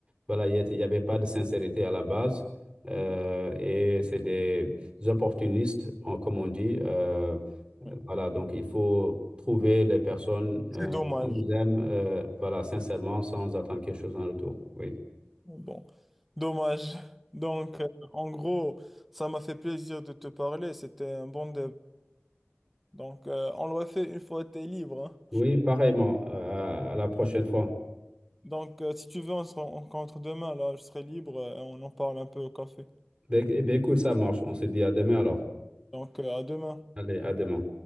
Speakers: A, on the right; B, in the centre.
A: voilà, il y a- il y avait pas de sincérité à la base euh, et c'est des opportunistes, en- comme on dit. euh,
B: ouais.
A: euh, voilà, donc il faut trouver les personnes
B: C'est
A: euh,
B: dommage.
A: qui nous aiment, euh, voilà, sincèrement, sans attendre quelque chose en retour. Oui,
B: Bon, dommage. Donc, euh, en gros, ça m'a fait plaisir de te parler. C'était un bon débat. Donc, euh, on le refait une fois que t'es libre. hein.
A: oui, pareillement. euh, à, à la prochaine fois.
B: Donc, euh, si tu veux, on se rencontre demain. Là, je serai libre euh, et on en parle un peu au café.
A: Ben, eh ben, écoute, ça marche. On se dit à demain alors.
B: Donc, euh, à demain.
A: Allez, à demain.